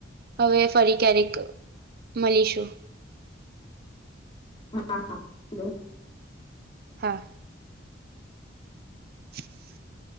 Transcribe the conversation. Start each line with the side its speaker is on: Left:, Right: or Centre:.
Right: હવે ફરી ક્યારેક મલીશું.
Left: હા, હા. <unintelligible>
Right: હા. <inaudible>